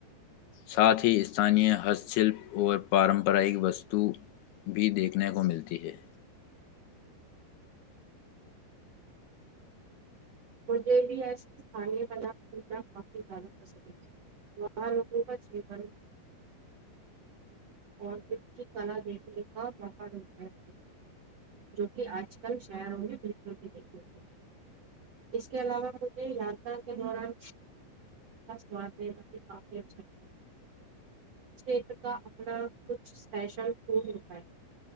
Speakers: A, on the left; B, on the right.
A: ساتھ ہی استانییہ ہست شلپ اور پارمپراک وستو بھی دیکھنے کو ملتی ہے
B: مجھے بھی ایسے اسانی بلاننا کافی زیادہ پسند ہے وہاں لوگوں کا چ اور کی کلا دیکھنے کا موقع ملتا ہے جو کہ آج کل شہروں میں بالکل بھی دیکھتے تھ اس کے علاوہ مجھے یاترا کے دوران سادین کافی اچھا ہرت کا اپنا کچھ اسپیشل فڈ ہوتا ہے